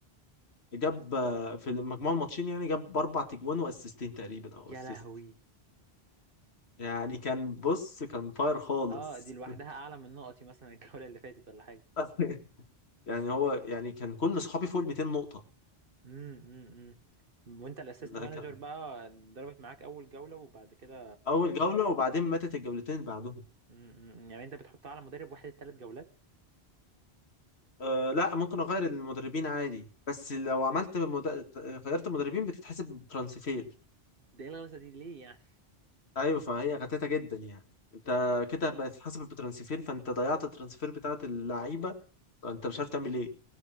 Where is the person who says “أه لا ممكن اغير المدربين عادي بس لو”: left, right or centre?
Left